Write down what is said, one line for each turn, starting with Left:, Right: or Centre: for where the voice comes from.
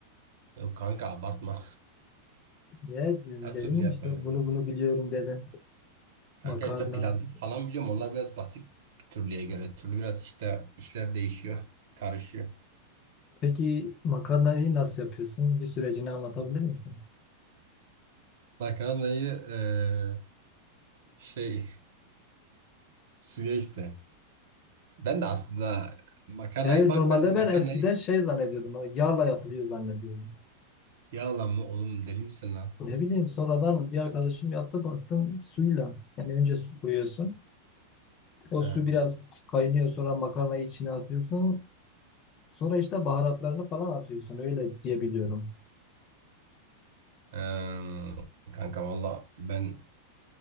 Right: Yok kanka abartma.
Left: Ya
Right: <laughs> Nasıl
Left: dedim
Right: türlü yapmayı?
Left: işte bunu bunu biliyorum dedin.
Right: Kanka
Left: Makarna.
Right: işte pilavı falan biliyorum. Onlar biraz basit türlüye göre. Türlü biraz işte işler değişiyor. Karışıyor.
Left: Peki makarnayı nasıl yapıyorsun? Bir sürecini anlatabilir misin?
Right: Makarnayı eee, şey suya işte. Ben de aslında makarnayı
Left: Yani
Right: bak
Left: normalde
Right: ben de makarnayı
Left: ben eskiden şey zannediyordum. ha, Yağla yapılıyor zannediyordum.
Right: yağla mı oğlum deli misin lan?
Left: Ne bileyim sonradan bir arkadaşım yaptı baktım suyla. Yani önce su koyuyorsun. O
Right: Ha.
Left: su biraz kaynıyor sonra makarnayı içine atıyorsun. Sonra işte baharatlarını falan atıyorsun. Öyle diyebiliyorum.
Right: Eee, kanka valla ben